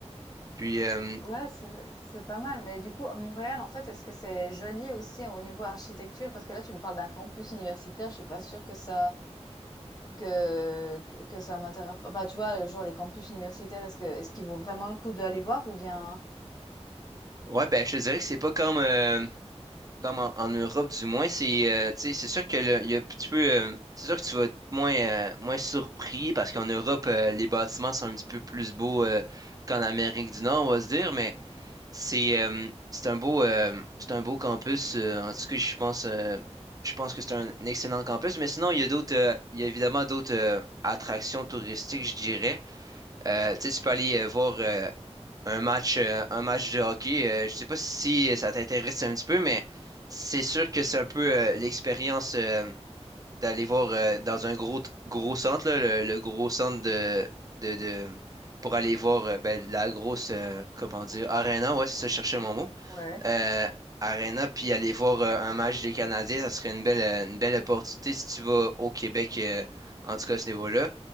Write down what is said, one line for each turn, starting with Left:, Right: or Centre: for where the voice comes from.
Right: puis, euh,
Left: Ouais, c'est c'est pas mal. Mais du coup, à Montréal, en fait, est-ce que c'est joli aussi au niveau architecture? Parce que là, tu me parles d'un campus universitaire. Je suis pas sûre que ça que que ça m'intéresse. Enfin, tu vois, genre les campus universitaires, est-ce que est-ce qu'il vaut vraiment le coup d'aller voir ou bien?
Right: ouais, ben, je te dirais que c'est pas comme, euh, comme en, en Europe, du moins. C'est euh, tu sais, c'est sûr que le- il y a un petit peu, euh, c'est sûr que tu vas être moins, euh, moins surpris parce qu'en Europe, euh, les bâtiments sont un petit peu plus beaux euh, qu'en Amérique du Nord, on va se dire, mais. C'est euh, c'est un beau, euh, c'est un beau campus. euh, en tout cas, je pense, euh, je pense que c'est un excellent campus. Mais sinon, il y a d'autres, euh, il y a évidemment d'autres euh, attractions touristiques, je dirais. Euh, tu sais, tu peux aller euh, voir euh, un match, euh, un match de hockey. Euh, je sais pas si ça t'intéresse un petit peu, mais c'est sûr que c'est un peu euh, l'expérience. euh, d'aller voir euh, dans un gros, gros centre, là, le, le gros centre de, de, de- pour aller voir euh, ben, la grosse, euh, comment dire, Arena, ouais, c'est ça, je cherchais mon mot.
Left: Ouais.
Right: Euh, Arena, puis aller voir euh, un match des Canadiens, ça serait une belle, euh, une belle opportunité si tu vas au Québec, euh, en tout cas à ce niveau-là.